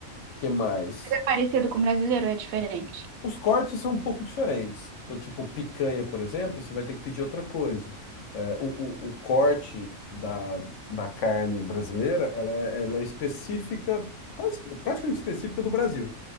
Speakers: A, on the left; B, on the right.
A: Que mais?
B: Mas é parecido com o brasileiro, ou é diferente.
A: Os cortes são um pouco diferentes. Então, tipo, picanha, por exemplo, você vai ter que pedir outra coisa. É, o, o, o corte da, da carne brasileira, ela é, ela é específica, quase, que- é praticamente específica do Brasil.